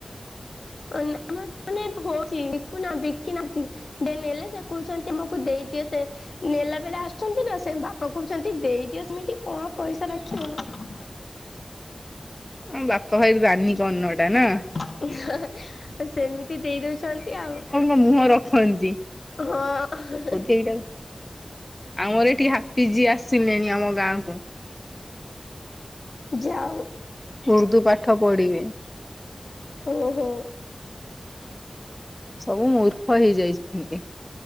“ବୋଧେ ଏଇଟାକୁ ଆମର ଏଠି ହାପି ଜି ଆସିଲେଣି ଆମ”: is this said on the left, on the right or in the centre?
Left